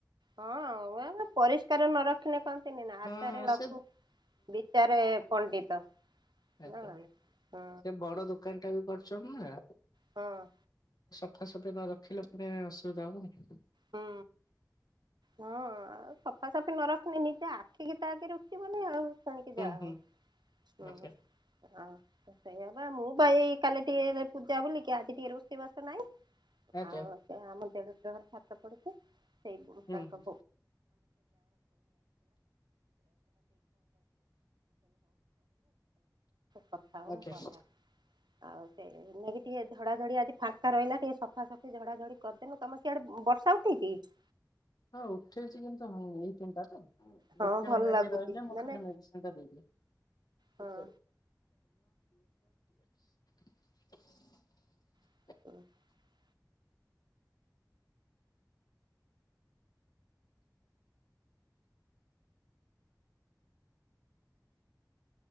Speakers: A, on the right (about 80°); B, on the left (about 65°).
A: ହଁ ଆଉ ପରିଷ୍କାର ନ ରଖିନେ କଣ ଖିନି ନା
B: ହଁ
A: ଆଚାରେ
B: ହଁ
A: ଲଘୁ
B: ସେ
A: ବିଚାରେ ପଣ୍ଡିତ।
B: ଆଛା
A: ଜାଣିଲ ନା
B: ସେ ବଡ ଦୋକାନ ଟା ବି କରୁଚନ୍ତି ନା।
A: ହଁ।
B: ସଫା ସୁଫି ନ ରଖିଲେ ପୁଣି ଅସୁବିଧା ହବ।
A: ହୁଁ। ହଁ ଆଉ ସଫାସଫି ନ ରଖିନି ନିଜେ ଆଖିକି ତା ଆଗେ ରୁଚିବନି ଆଉ। ତେଣିକି
B: ହୁଁ
A: ଯାହା
B: ହୁଁ
A: ହଉ
B: ଆଚ୍ଛା।
A: ହୁଁ ହଁ। ସେଇଆ ପା ମୁଁ ପା ଏଇ କାଲି ଟିକେ ପୂଜା ବୋଲିକି ଆଜି ଟିକେ ରୋଷେଇ ବାସ ନାଇଁ
B: ଆଜ୍ଞା
A: ଆଉ ସେ ଆମ ଦେଢୁଶୁର ଘର ଛାତ ପଡୁଛି ସେଇ
B: ହୁଁ
A: ତାଙ୍କ
B: ହୁଁ
A: <inaudible> <inaudible>
B: ଆଛା।
A: ମୁଁ ପରେ ଆଉ ସେ ନେଇାଇକି ଟିକେ ଝଡ଼ା ଝଡ଼ି ଆଜି ଫାଙ୍କା ରହିଲା ଟିକେ ସଫାସଫି ଝଡାଝଡି କରିଦେନୁ ତମେ ସିଆଡେ <unintelligible>
B: ହଁ ଉଠେଇଛି କିନ୍ତୁ ହ ଏଇ ତିନିଟା ତ
A: ହଁ
B: ଗୋଟେ
A: ଭଲ
B: ମିନଟ
A: ଲାଗୁଛି
B: ରହିଲେ ମୁଁ
A: ମାନେ
B: ଖାଲି ମେଡିସିନ ଟା ଦେଇଦିଏ।
A: ହଁ
B: <unintelligible>
A: <unintelligible>